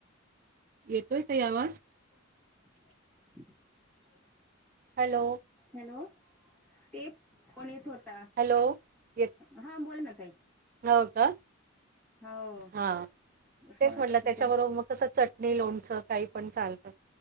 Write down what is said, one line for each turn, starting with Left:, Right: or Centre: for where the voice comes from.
Right: येतोय ताई आवाज?
Centre: <inaudible>
Right: हॅलो.
Centre: हॅलो, एक फोन येत होता,
Right: हॅलो. येत
Centre: हा बोल ना ताई.
Right: हो का,
Centre: हो
Right: हा तेच
Centre: कोणाच
Right: म्हटलं त्यांच्याबरोबर
Centre: तरी
Right: मग कस चट नी, लोनच, काही पण चालतं